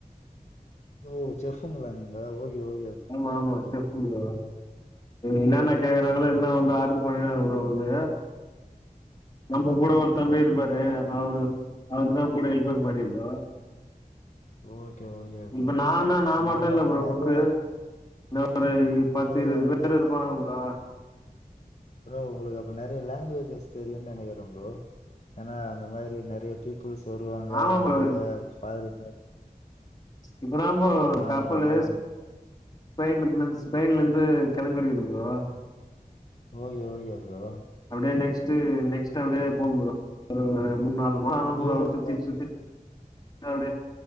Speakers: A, on the left; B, on the left.
A: ஓ செஃப்புங்களா நீங்க ஓகே ஓகே ப்ரோ
B: ஆமா ஆமா செஃப் ப்ரோ என்னான்னா கேக்குறாங்களோ
A: சூப்பர்
B: எல்லா வந்து
A: ப்ரோ
B: ஆட்ரு போய்ருகாங்க ப்ரோ வந்து நம்ம கூட
A: ஆ
B: ஒரு
A: ப்ரோ
B: தம்பி இருப்பாரு எ அவரு அவரு தா கூட ஹெல்பர் மாரி ப்ரோ
A: ஓகே ஓகே ப்ரோ
B: இப்ப நானா நா
A: உங்களுக்கு
B: மட்டு இல்ல
A: அப்ப
B: ப்ரோ
A: நெறைய
B: குக்கு இந்த ஒரு பத்து
A: உங்களுக்கு
B: இருவது
A: அப்ப
B: பேரு
A: நெறைய
B: இருப்பாங்க ப்ரோ
A: ப்ரோ ஒங்களுக்கு அப்ப நெறய லாங்குவேஜஸ் தெரியுன் நெனக்கிறே ப்ரோ ஏனா அந்த மாரி நெறய பீப்புள்ஸ் வருவாங்க
B: ஆமா ப்ரோ
A: நெறய ஃபாரினர்
B: இப்ப நாமோ
A: ஆ
B: கப்பலுஸ்
A: ப்ரோ நெறைய
B: ஸ்பெயின் <unintelligible> ஸ்பெயின்ல இருந்து கெளம்பிருகுது ப்ரோ
A: ஓகே ஓகே ப்ரோ
B: அப்டியே நெக்ஸ்டு நெக்ஸ்ட்டு அப்டியே போகு ப்ரோ ஒரு மூணு நாலு மசோ ஆகு ப்ரோ
A: யூரோப்
B: அப்டி சுத்திட்
A: தா
B: சுத்திட் அப்டியே